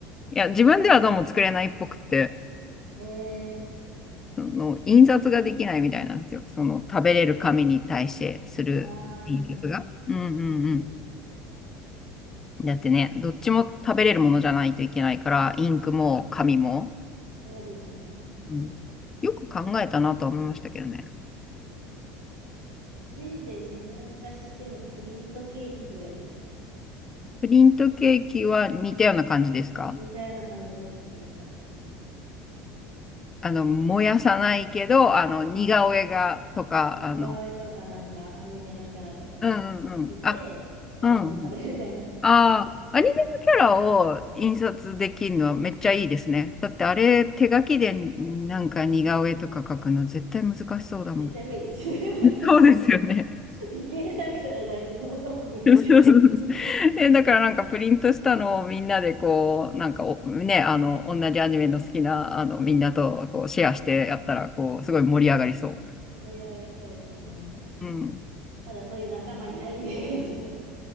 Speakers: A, on the left; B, on the right.
A: いや、自分ではどうも作れないっぽくって。
B: ええ
A: その印刷ができないみたいなんですよ。その食べれる紙に対してする印刷が。
B: ああー、なるほど。
A: うんうんうん。だってね、どっちも食べれるものじゃないといけないから、インクも紙も。
B: そうですよね。
A: うん、よく考えたなとは思いましたけどね。
B: せいぜい自分が知ってるのプリントケーキぐらいですかね。
A: プリントケーキは似たような感じですか
B: 似たような感じですね。なんか、
A: あの、燃やさないけど、あの、似顔絵がとか、
B: 似顔絵とかなんかアニメのキャラとかなんか出て、
A: あの、うんうんうん。あ、
B: そのまま食べるみたいな。
A: うん
B: <laughs>
A: ああ、アニメのキャラを印刷できるのはめっちゃいいですね。だってあれ、手書きでなんか似顔絵とか描くの絶対難しそうだもん。
B: 絶対無理ですよね。<laughs> 絶対
A: <laughs> そうですよね。<laughs>
B: 無理原作者じゃないとそもそも無理。
A: そうそうそうそう
B: <laughs>
A: え、だからなんかプリントしたのをみんなでこう、なんかおね、あの、同じアニメの好きな、あの、みんなとこうシェアしてやったら、こう、すごい盛り上がりそ
B: 盛り上がりそうですよね。
A: う。うん。
B: ただそういう仲間いないんで、<laughs> 自分。